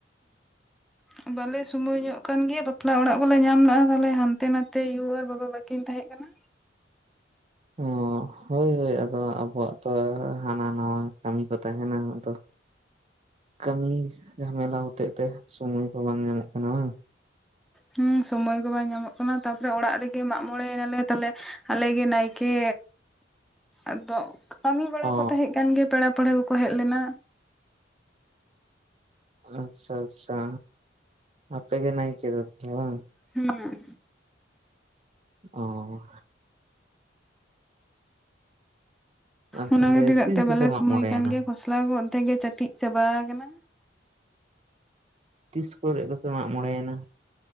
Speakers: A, in the centre; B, on the right (about 35°).
A: ᱦᱮᱸ ᱵᱟᱞᱮ ᱥᱩᱢᱚᱭ ᱧᱚᱜ ᱠᱟᱱᱜᱮᱭᱟ ᱵᱟᱯᱞᱟ ᱚᱲᱟᱜ ᱠᱚᱞᱮ ᱧᱟᱢ ᱞᱮᱼᱟ ᱛᱟᱞᱦᱮ ᱦᱟᱱᱛᱮ ᱱᱟᱛᱮ ᱛᱮᱭᱩ ᱟᱨ ᱵᱟᱵᱟ ᱵᱟᱠᱤᱱ ᱛᱟᱦᱮᱸ ᱠᱟᱱᱟ᱾
B: ᱚ ᱦᱳᱭ ᱦᱳᱭ ᱟᱫᱚ ᱟᱵᱚᱣᱟᱜ ᱛᱚ ᱦᱟᱱᱟ ᱱᱚᱣᱟ ᱠᱟᱹᱢᱤ ᱠᱚ ᱛᱟᱦᱮᱱᱟ ᱟᱫᱚ ᱠᱟᱹᱢᱤ ᱡᱷᱟᱢᱮᱞᱟ ᱦᱚᱛᱮᱜ ᱛᱮ ᱥᱩᱢᱚᱭ ᱠᱚ ᱵᱟᱝ ᱧᱟᱢᱚᱜ ᱠᱟᱱᱟ ᱵᱟᱝ᱾
A: ᱦᱮᱸ ᱥᱚᱢᱚᱭ ᱠᱚ ᱵᱟᱭ ᱧᱟᱢᱚᱜ ᱠᱟᱱᱟ ᱛᱟᱯᱚᱨᱮ ᱚᱲᱟᱜ ᱨᱮᱜᱮ ᱜᱮ ᱢᱟᱜ ᱢᱚᱬᱮᱭᱱᱟᱞᱮ ᱛᱟᱦᱚᱞᱮ ᱟᱞᱮ ᱜᱮ ᱱᱟᱭᱠᱮ ᱟᱫᱚ ᱠᱟᱹᱢᱤ ᱵᱟᱲᱟ
B: ᱚ
A: ᱠᱚ ᱛᱟᱦᱮᱸ ᱠᱟᱱ ᱜᱮ ᱯᱮᱲᱟ ᱯᱟᱹᱲᱦᱟᱹ ᱠᱚᱠᱚ ᱦᱮᱡ ᱞᱮᱱᱟ᱾
B: ᱟᱪᱪᱷᱟ ᱟᱪᱪᱷᱟ ᱟᱯᱮ ᱜᱮ ᱱᱟᱭᱠᱮ ᱫᱚ ᱛᱟᱦᱞᱮ ᱵᱟᱝ᱾
A: ᱦᱩᱸ᱾
B: ᱚᱻ ᱟᱨ
A: ᱚᱱᱟ
B: ᱛᱟᱦᱞᱮ
A: ᱠᱷᱟᱹᱛᱤᱨᱟᱜ
B: ᱛᱤᱥ
A: ᱛᱮ
B: ᱫᱚᱯᱮ
A: ᱵᱟᱞᱮ
B: ᱢᱟᱜ
A: ᱥᱳᱢᱚᱭ
B: ᱢᱚᱬᱮᱭᱮᱱᱟ
A: ᱠᱟᱱ ᱜᱮ ᱠᱷᱚᱥᱞᱟ ᱠᱚ ᱮᱛᱮ ᱜᱮ ᱪᱟᱹᱴᱤᱡ ᱪᱟᱵᱟ ᱟᱠᱟᱱᱟ᱾
B: ᱛᱤᱥ ᱠᱚᱨᱮᱜ ᱫᱚᱯᱮ ᱢᱟᱜ ᱢᱚᱬᱮᱭᱮᱱᱟ᱾